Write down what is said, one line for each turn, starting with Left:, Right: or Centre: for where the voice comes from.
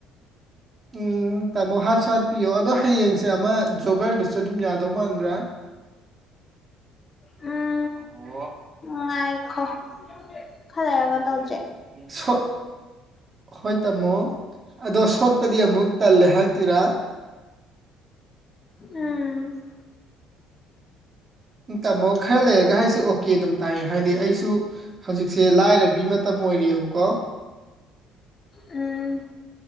Right: ꯎꯝ ꯇꯥꯃꯣ ꯍꯥꯠꯁꯨ ꯍꯥꯠꯄꯤꯌꯣ ꯑꯗꯣ ꯍꯌꯦꯡꯁꯦ ꯑꯃ ꯖꯣꯒꯔꯗꯨꯁꯨ ꯑꯗꯨꯝ ꯌꯥꯗꯧ ꯃꯥꯟꯕ꯭ꯔꯥ
Left: ꯎꯝ
Right: ꯑꯣ
Left: ꯉꯥꯏꯈꯣ ꯈꯂꯩꯔꯒ ꯇꯧꯁꯦ
Right: ꯁꯣ ꯍꯣꯏ ꯇꯥꯝꯃꯣ ꯑꯗꯣ ꯁꯣꯠꯄꯗꯤ ꯑꯃꯨꯛ ꯇꯜꯂꯦ ꯍꯥꯏ ꯇꯤꯔꯥ
Left: ꯎꯝ
Right: ꯇꯥꯃꯣ ꯈꯔ ꯂꯩꯔꯒ ꯑꯩꯁꯦ ꯑꯣꯀꯦ ꯑꯗꯨꯝ ꯇꯥꯔꯤ ꯍꯥꯏꯗꯤ ꯑꯩꯁꯨ ꯍꯧꯖꯤꯛꯁꯦ ꯂꯥꯏꯔꯕꯤ ꯃꯇꯝ ꯑꯣꯏꯔꯤꯕꯀꯣ
Left: ꯎꯝ